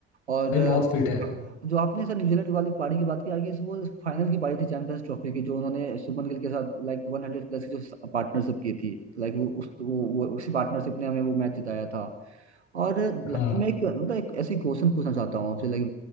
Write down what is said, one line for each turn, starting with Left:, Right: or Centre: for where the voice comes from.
Right: और
Left: भाई
Right: अ,
Left: बहुत फिट है
Right: जो आपने सर न्यूजीलैंड वाली पारी की बात की आगे इस वो फाइनल की पारी थी चैंपियंस ट्रॉफी की जो उन्होंने शुभमन गिल के साथ लाइक वन हंड्रेड प्लस की जो पार्टनरशिप की थी लाइक वो उस वो, वो उसी पार्टनरशिप ने हमें वो मैच जिताया था और ल-
Left: हाँ
Right: मैं एक मैं एक ऐसी क्वेश्चन पूछना चाहता हूँ आपसे लाइक